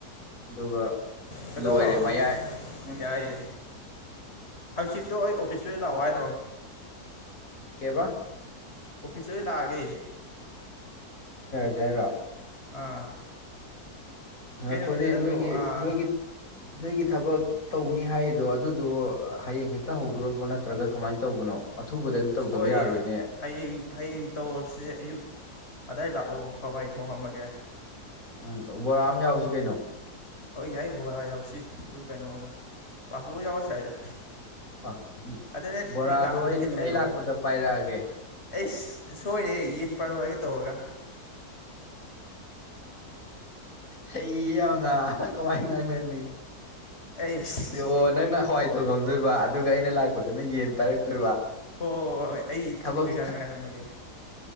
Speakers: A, on the left; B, on the left.
A: ꯑꯗꯨꯒ
B: ꯑꯗꯣ
A: ꯂꯣꯏꯔꯦ ꯃꯌꯥꯏ ꯎꯝ
B: ꯌꯥꯏꯌꯦ ꯍꯪꯆꯤꯠꯇꯣ ꯑꯩ ꯑꯣꯐꯤꯁꯇꯩ ꯑꯣꯏꯅ ꯂꯥꯛꯑꯣ ꯍꯥꯏꯔꯣ
A: ꯀꯩꯕ
B: ꯑꯣꯐꯤꯁꯇꯩ ꯑꯣꯏ ꯂꯥꯛꯑꯒꯦ
A: ꯖꯦꯔꯥ <unintelligible>
B: ꯑꯥ
A: ꯉꯥꯏꯈꯣꯅꯦ
B: ꯀꯩꯅꯣꯗ ꯅꯠꯇ꯭ꯔꯣ
A: ꯅꯣꯏꯒꯤ
B: ꯑꯥ
A: ꯅꯣꯏꯒꯤ ꯅꯣꯏꯒꯤ ꯊꯕꯛ ꯇꯧꯅꯤ ꯍꯥꯏꯗꯣ ꯑꯗꯨꯗꯣ ꯍꯌꯦꯡ ꯍꯦꯛꯇ ꯍꯧꯗꯣꯔꯕꯣ ꯅꯠꯇ꯭ꯔꯒ ꯀꯃꯥꯏꯅ ꯇꯧꯕꯅꯣ ꯑꯊꯨꯕꯗꯗꯤ ꯇꯧꯗꯕ
B: ꯍꯣꯏ
A: ꯌꯥꯔꯣꯏꯅꯦ
B: ꯍꯌꯦꯡ ꯍꯌꯦꯡ ꯇꯧꯔꯁꯦ ꯑꯌꯨꯛ ꯑꯗꯥꯏ ꯂꯥꯛꯑꯣ ꯍꯋꯥꯏ ꯊꯣꯡ ꯉꯝꯃꯒꯦ
A: ꯎꯝ ꯕꯣꯔꯥ ꯑꯃ ꯌꯥꯎꯁꯤ ꯀꯩꯅꯣ
B: ꯍꯣꯏ ꯌꯥꯏ ꯕꯣꯔꯥ ꯌꯥꯎꯁꯤ ꯑꯗꯨ ꯀꯩꯅꯣꯒ ꯄꯥꯐꯣꯔ ꯌꯥꯎꯔꯁꯨ ꯌꯥꯏꯗ
A: ꯑ
B: ꯑꯗ ꯅꯣꯏ
A: ꯕꯣꯔꯥꯗꯣ
B: ꯅꯣꯏ ꯂꯥꯛꯄꯗ
A: ꯑꯩ
B: ꯀꯩꯅꯣ ꯂꯩꯔꯛꯑꯣ
A: ꯑꯩ ꯂꯥꯛꯄꯗ ꯄꯥꯏꯔꯛꯑꯒꯦ
B: ꯑꯩꯁ ꯁꯣꯏꯔꯦꯍꯦ ꯌꯦꯟ ꯄꯥꯏꯔꯛꯑꯣ ꯍꯥꯏꯒꯦ ꯇꯧꯔꯒ
A: ꯍꯩꯌꯦ ꯌꯥꯝꯅ ꯀꯃꯥꯏ ꯉꯥꯡꯅꯅꯤ
B: ꯑꯩꯁ
A: ꯑꯣ ꯅꯪꯅ ꯍꯋꯥꯏ ꯇꯣꯡꯉꯝꯗꯣꯏꯕ ꯑꯗꯨꯒ ꯑꯩꯅ ꯂꯥꯛꯄꯗꯨꯅ ꯌꯦꯟ ꯄꯥꯏꯔꯛꯇꯣꯏꯕ
B: ꯍꯣꯏ ꯍꯣꯏ ꯍꯣꯏ ꯑꯩ
A: ꯊꯕꯛ
B: ꯊꯨꯝ ꯀꯩꯀꯥ ꯉꯥꯏꯔꯝꯃꯒꯦ